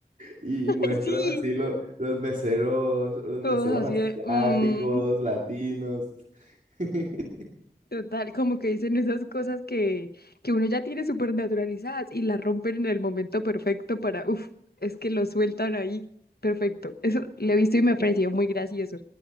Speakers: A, on the right; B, on the left.
A: Y
B: Ay,
A: muestran
B: sí.
A: así lo- los meseros, los
B: Todos
A: meseros
B: así
A: asiáticos,
B: de... mm,
A: latinos. <laughs>
B: Total, como que dicen esas cosas que, que uno ya tiene súper naturalizadas y las rompen en el momento perfecto para, uff, es que lo sueltan ahí. Perfecto. Eso lo he visto y me pareció muy gracioso,